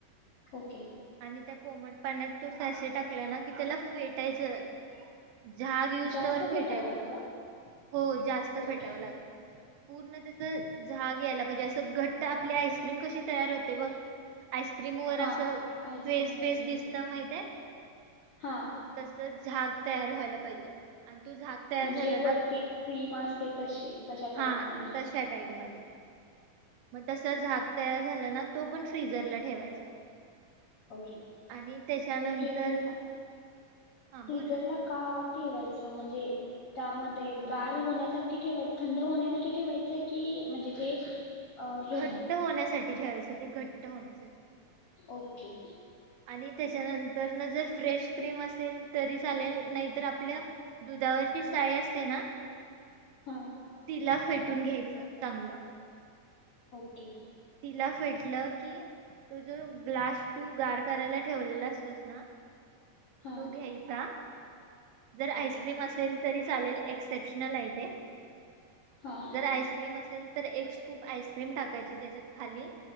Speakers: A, on the left; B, on the right.
A: ओके.
B: आणि त्या कोमट पाण्यात त श्याशे टाकल्या ना की त्याला फेटायचं झाग युस
A: जास्त
B: त्यावर फेटायचं
A: भेटावं लागतं
B: हो जास्त
A: ओके
B: फेटावं लागेल. पूर्ण त्याच झाग यायला पाहिजे. असं घट्ट आपली आईस्क्रीम कशी तयार होत ते बघ आस्क्रीम व
A: हां
B: अस
A: आईस्क्रीम
B: फेस
A: तयार
B: फेस
A: होते
B: दिसत नाहीत हाय?
A: हां
B: तसच झाक तयार व्हायला पाहिजे. तो झाग तयार
A: म्हणजे
B: झाला
A: वरती
B: ना
A: क्रीम असते तशी तशा टाईप
B: हा
A: मध्ये?
B: तशा टाईप मध्ये मग तस झाक तयार झा तो पण फिझरला ठेवायचा.
A: ओके
B: आणि त्याच्यानंतर
A: ते फिजरला
B: हा बोल
A: फिजरला
B: ना
A: का? ठेवायचं म्हणजे त्यामध्ये गार होण्यासाठी ठेवायच थंड होण्यासाठी ठेवायचं कि? म्हणजे ते अ, हे
B: घट्ट होण्यासाठी ठेवायचं ते घट्ट होण्यासाठी
A: ओके
B: आणि त्याच्यानंतर न जर फ्रेश क्रीम असेल तरी चालेल नाहीतर आपल्या दुधावरची साळी असते ना
A: हां
B: तिला फेट ून घ्यायचं चांगलं
A: ओके
B: तिला फेटलं की तो जो ग्लास तू गार करायला ठेवलेला असतोस ना
A: हां
B: तू घ्यायचा जर आईस्क्रीम
A: ओके
B: असेल तरी चालेल एक्सेप्शनल आहे ते
A: हां
B: जर आईस्क्रीम असेल तर एक स्कूप आईस्क्रीम टाकायची. त्याच्यात खाली